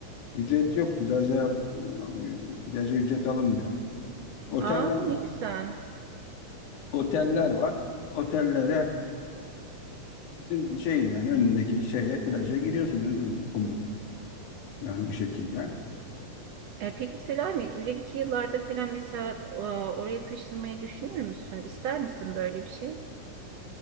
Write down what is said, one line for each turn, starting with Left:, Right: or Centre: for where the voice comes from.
Left: Ücret yok. Plaja, plaja ücret alınmıyor. Oteller
Right: Aa
Left: var.
Right: ne güzel.
Left: Oteller var. Otellere e, şey yani önündeki şeye plaja giriyorsun. Ön- Kumluk. Yani bu şekilde.
Right: E, peki Selami ileriki yıllarda falan mesela e, oraya taşınmayı düşünür müsün? İster misin böyle bir şey?